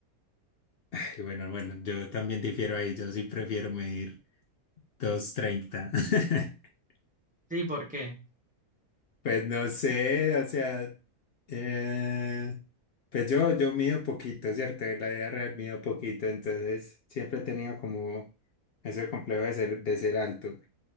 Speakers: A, on the left; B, in the centre.
A: Ay, bueno, bueno, yo también difiero ahí, yo sí prefiero medir. dos treinta <laughs>
B: Sí, ¿por qué?
A: Pues no sé, o sea, eh, pues yo, yo mido poquito, ¿cierto? En la vida real mido poquito, entonces siempre he tenido como ese complejo de ser, de ser alto.